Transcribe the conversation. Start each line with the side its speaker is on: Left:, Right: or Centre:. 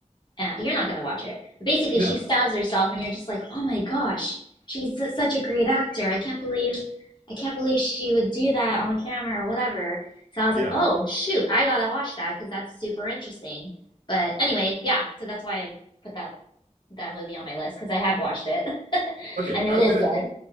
Left: uh, you're not gonna watch it. But basically,
Right: No.
Left: she stabs herself, and you're just like, oh my gosh, she's such a great actor. I can't believe, I can't believe she would do that on camera or whatever. So I was
Right: Yeah.
Left: like, oh shoot, I gotta watch that because that's super interesting. But anyway, yeah. So that's why I put that that movie on my list because I have watched it, <laughs>
Right: Okay.
Left: and it
Right: I'm
Left: is
Right: gonna
Left: good.